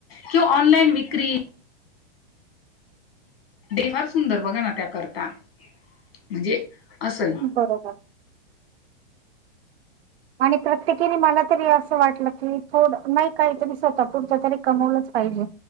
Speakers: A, on the left; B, on the right.
A: किंव ऑनलाईन विक्री ते फार सुंदर बघा ना त्याकरता म्हणजे असंही
B: बरोबर आणि प्रत्येकीने मला तरी असं वाटलं की थोड नाही काहीतरी स्वतः पुढत तरी कमवलं पाहिजे